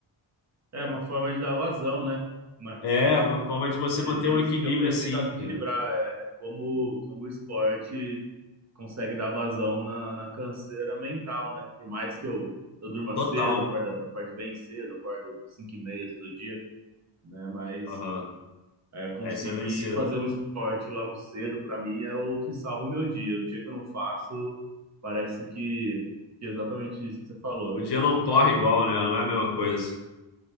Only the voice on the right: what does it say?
É uma forma de dar vazão, né? Mas
é
isso
que eu tenho
tentado equilibrar
é, é como, como o esporte consegue dar vazão na, na canseira mental, né? Por mais que eu, eu durma
cedo, acorda, acorde bem cedo, acordo 5 e meia todo dia, né? Mas
É, conseguir
fazer um esporte logo cedo, para mim, é o que salva o meu dia. O dia que eu não faço, parece que, que é exatamente isso que você falou.